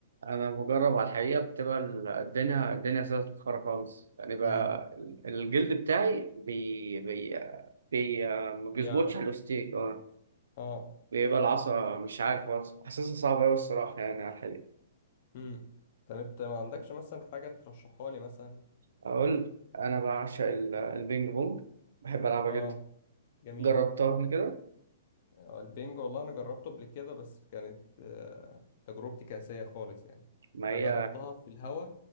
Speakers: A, on the right; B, on the left.
A: انا بجرب على الحقيقه بتبقى ال- الدنيا الدنيا سهله تتخرج خالص يعني بقى
B: امم
A: ال- الجلد بتاعي بي بي, بي آه، ما بيظبطش
B: بيعرق
A: على الاوستيك اه
B: اه
A: بيبقى العصا مش عارف خالص حاسسها صعبه قوي الصراحه يعني على الحقيقه
B: امم طب انت ما عندكش مثلا حاجة ترشحها لي مثلا
A: اقول انا بعشق ال- البينج بونج بحب العبها
B: اه
A: جدا
B: جميل
A: جربتها قبل كده
B: آه، البنج والله انا جربته قبل كده بس كانت آه تجربتي كاسية خالص يعني
A: ما
B: يعني
A: هي
B: جربتها في الهوا